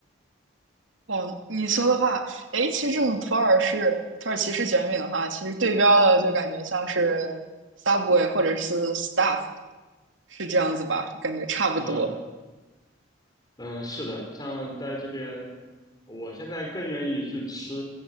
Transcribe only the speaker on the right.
哦，你说的话，哎，其实这种土耳式土耳其式卷饼的话，其实对标的就感觉像是 Subway 或者是 s t u f f 是这样子吧？感觉差不多。